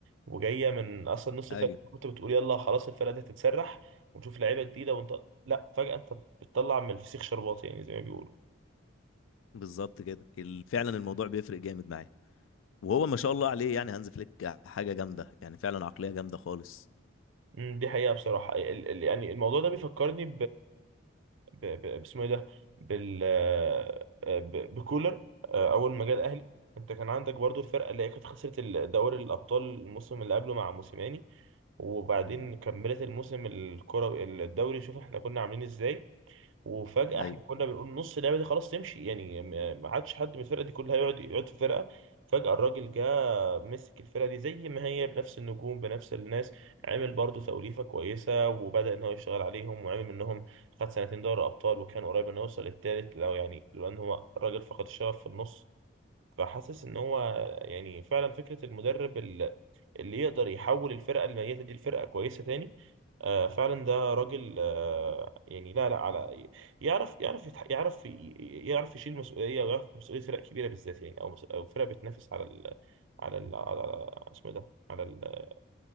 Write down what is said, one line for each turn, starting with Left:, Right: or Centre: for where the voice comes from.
Right: وجاية من اصلا نص الفرقة
Left: ايوه
Right: كنت بتقول يلا خلاص الفرقة دي هتتسرح ونشوف لعيبة جديدة ونطلع لا فجأة انت بتطلع من الفسيخ شربات يعني زي ما بيقولوا
Left: بالظبط كده ال- فعلا الموضوع بيفرق جامد معايا وهو ما شاء الله عليه يعني هانز فليك حاجه جامده يعني فعلا عقليه جامده خالص
Right: أمم، دي حقيقة بصراحة ال- ال- يعني الموضوع ده بيفكرني ب... ب... باسمه ايه ده بال آه، ب... بكولر آه، اول ما جه الاهلي انت كان عندك برضو الفرقه اللي هي كانت خسرت ال- دوري الابطال الموسم اللي قبله مع موسيماني وبعدين
Left: مم.
Right: كملت الموسم الكروي الدوري شوف احنا كنا عاملين ازاي وفجأة
Left: ايوه
Right: احنا كنا بنقول نص اللعبة دي خلاص تمشي يعني ما ما عادش حد من الفرقة دي كلها يقعد يقعد في فرقة فجأة الراجل جه مسك الفرقة دي زي ما هي بنفس النجوم بنفس الناس عمل برضه توليفة كويسة وبدأ إن هو يشتغل عليهم وعمل منهم خد سنتين دوري أبطال وكان قريب إنه يوصل للتالت لو يعني لولا إن هو الراجل فقد الشغف في النص فحاسس إن هو يعني فعلا فكرة المدرب اللي يقدر يحول الفرقه الميته دي لفرقه كويسه تاني آه فعلا ده راجل آه يعني لا لا على يعرف يعرف يتح- يعرف ي- يعرف يشيل مسؤوليه ويعرف مسؤوليه فرق كبيره بالذات يعني او مس- او فرق بتنافس على ال على ال على اسمه إيه ده على ال-